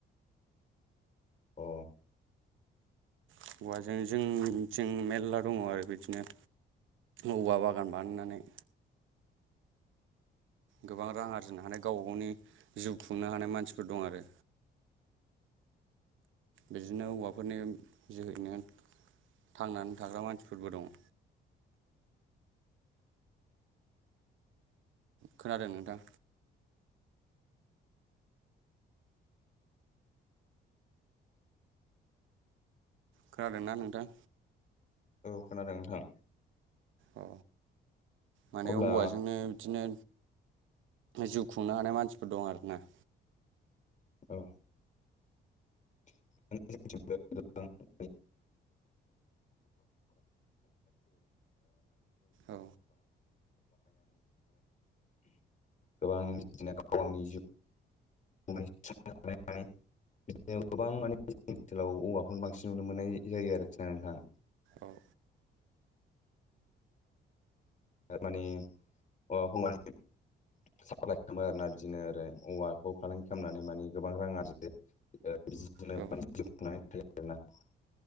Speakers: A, on the left; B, on the right.
A: औ
B: हौवाजों जोंथि मेरला दङ' आरो बिदिनो औवा बागान बानायनानै
A: <inaudible>
B: गोबां रां आरजिनो हानाय गावबा गावनि जिउ खुंनो हानाय मानसिफोर दं आरो। बिदिनो औवाफोरनि जोहैनो थांनानै थाग्रा मानसिफोरबो दङ'। खोनादों नोंथां? खोनादों ना नोंथां?
A: औ खोनादों नोंथां
B: औ माने
A: अब्ला
B: औवाजोंनो दिनो जिउ खुंनो हानाय मानसिफोर दं आरोना
A: औ <unintelligible> <unintelligible> <unintelligible> बिदिनो
B: औ
A: गोबां बिदिनो गाव गावनि जिउ <unintelligible> बिदिनो गोबां माने जों ओनसोलाव औवाखौनो बांसिन नुनो मोननाय जायो आरोखि ना नोंथां
B: औ
A: मानि <unintelligible> साप्लाइ खालामो आरोना बिदिनो आरो औवाखौ फालांगि खालामनानै माने गोबां रां आरजियो
B: औ
A: <unintelligible>